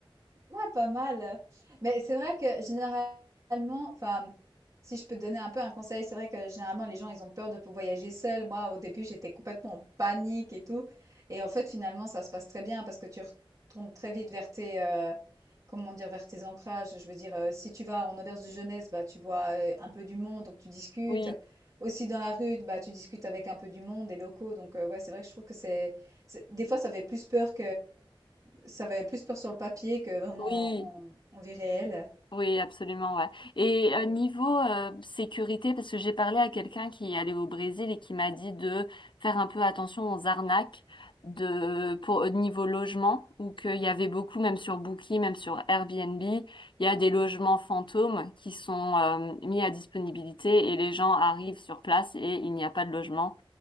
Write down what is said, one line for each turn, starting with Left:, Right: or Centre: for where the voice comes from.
Right: Ah, pas mal. Mais c'est vrai que généralement, enfin, si je peux te donner un peu un conseil, c'est vrai que généralement les gens ils ont peur de pou- voyager seuls. Moi, au début, j'étais complètement en panique et tout. Et en fait, finalement, ça se passe très bien parce que tu retournes très vite vers tes, euh, comment dire, vers tes ancrages. Je veux dire, euh, si tu vas en auberge de jeunesse, bah tu vois euh, un peu du monde, donc tu discutes.
Left: Oui,
Right: Aussi dans la rue, bah tu discutes avec un peu du monde, des locaux. Donc euh, ouais, c'est vrai que je trouve que c'est, c'est- des fois ça fait plus peur ça va plus peur sur le papier que vraiment
Left: oui.
Right: en en en vie réelle.
Left: Oui, absolument, ouais. Et euh,
Right: Et
Left: niveau euh, sécurité, parce que j'ai parlé à quelqu'un qui est allé au Brésil et qui m'a dit de faire un peu attention aux arnaques de pour au niveau logement, ou qu'il y avait beaucoup, même sur Booking, même sur Airbnb, il y a des logements fantômes qui sont euh, mis à disponibilité et les gens arrivent sur place et il n'y a pas de logement.